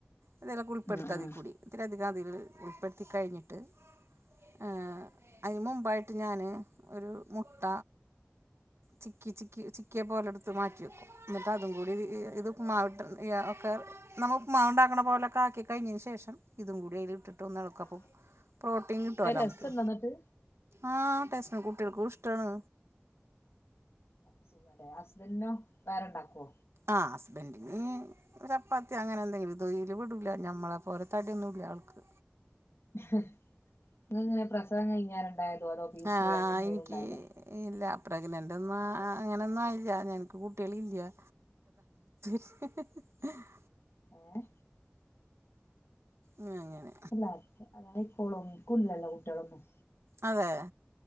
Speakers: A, on the right; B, on the left.
A: അതിലക്കെ ഉൾപ്പെടുത്താതിൽ
B: ആഹ് ആഹ്
A: കൂടി ഇതിരിധികം അതിൽ ഉൾപ്പെടുത്തി കഴിഞ്ഞിട്ട് ആഹ് അതി മുമ്പായിട്ട് ഞാന് ഒരു മുട്ട ചിക്കി ചിക്കി ചിക്കിയെ പോലെടുത്ത് മാറ്റി വെക്കും എന്നിട്ട്അതുംകൂടിഇത്ഉപ്പ്മാവിട്ട്ഒക്കെ നമ്മൾ ഉപ്പ്മാവ് ഇണ്ടാക്ക്ണപോലൊക്കെ ആക്കി കഴിഞ്ഞന് ശേഷം ഇതും കൂടി അതിലിട്ടിട്ട് ഒന്ന് എളകും അപ്പം
B: <inaudible>
A: പ്രോട്ടീൻ കിട്ടുവല്ലോ
B: അത് രസണ്ടോ
A: നമുക്ക്
B: എന്നിട്ട്
A: ആഹ് ടേസ്റ്റാകുട്ടികൾക്കും ഇഷ്ടാണ്
B: അപ്പ സുഖല്ലേ ഹസ്ബൻഡനോ വേറെണ്ടാക്കോ?
A: ആഹ് ഹസ്ബൻഡ് ന് ചപ്പാത്തി അങ്ങനെ എന്തെങ്കിലും തേയില് പെടുല ഞമ്മളെ പോല തടിയൊന്നുല്ല ആൾക്ക്
B: ങ്ങള് ഇങ്ങനെപ്രസവംകഴിഞ്ഞാരെ ഇണ്ടായതോ അതോ പി
A: ആഹ്
B: സി അങ്ങനെ എന്തെങ്കിലും
A: എനിക്ക്
B: ഇണ്ടായതോ?
A: ഇല്ല പ്രഗ്നന്റ് ഒന്നും അ അ അങ്ങനെ ഒന്നും ആയില്ല ഞങ്ങക്ക് കുട്ടിളില്ല <unintelligible>
B: ഏഹ്
A: ആഹ് അങ്ങനെ
B: അല്ല അത് ആയിക്കോളും ഇൻകും ഇല്ലല്ലോ കുട്യളൊന്നും
A: അതെ